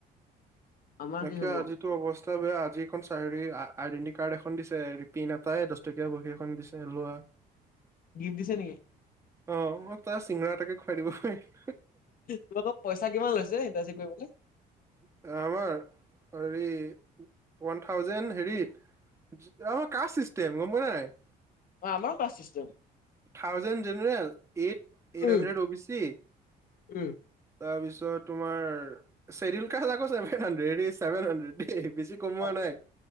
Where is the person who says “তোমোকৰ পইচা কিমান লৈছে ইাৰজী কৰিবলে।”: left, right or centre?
Left